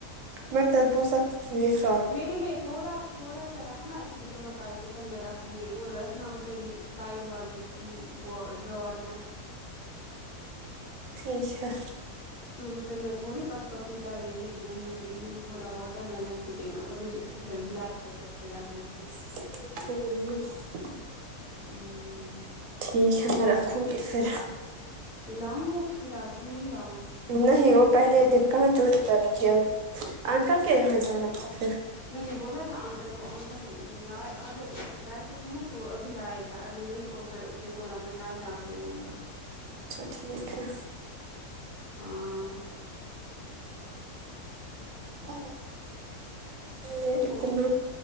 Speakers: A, on the right (about 65°); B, on the left (about 35°).
A: میں تربو زہ کھا
B: میرے لیے تھوڑا سا تھوڑا سا رکھنا اس جو میں کل ٹفن میں رکھوں گی وہ رکھنا ادھر ہی سائڈ والی ڈراور میں
A: ٹھیک ہے
B: کیونکہ پھر میں تھوڑی پس پاپیتا لے کے گھوموں گی مجھے تھوڑا واٹر ملن بھی دینا اور مجھے اس تو پھر بلیک پیپر چھڑکنا ہے
A: <unintelligible>
B: ہوں
A: ٹھیک ہے میں رکھوں گی پھر
B: میں لاؤں وہ کھیرا کہ نہیں لاؤں
A: نہیں وہ پہلے دن کہاں چوری کرے گی اب انکل کے یہاں جانا تھا پھر
B: میں نے بولا تھا انکل اکل نے لایا اگر اس کو گھر پہ تھے نا تو وہ ابھی لائے گا اگر نہیں تو پھر اس نے بولا میں کل آ کے لوں گا
A: اچھا ٹھیک ہے
B: ہاں
A: ا یہ اتنا
B: او